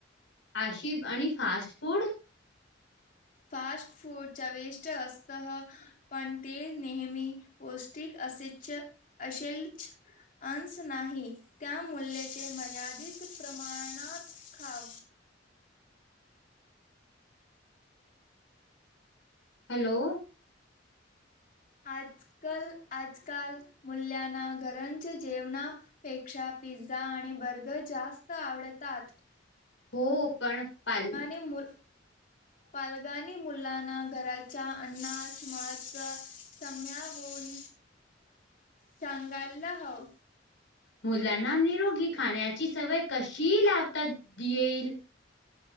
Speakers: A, on the left; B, on the left.
A: आशिफ आणि फास्ट फूड.
B: फास्ट फूड चवीष्ट अस्तह. पण ते नेहमी पौष्टिक असेच असेलच. अंस नाही त्या मुले ते मर्यादित प्रमाणात खा.
A: हॅलो.
B: आजकल आजकाल मूल्यना घरंज जेवणा. पेक्षा पिझ्झा आणि बर्गर जास्त आवडतात.
A: हो पण पाल
B: मुलं
A: <inaudible>
B: पालगानी मुलांना घराचां अन्ना <unintelligible> सम्या होऊन चांगाला हव.
A: मुलांना निरोगी खाण्याची, सवय कशी लावता दे येईल.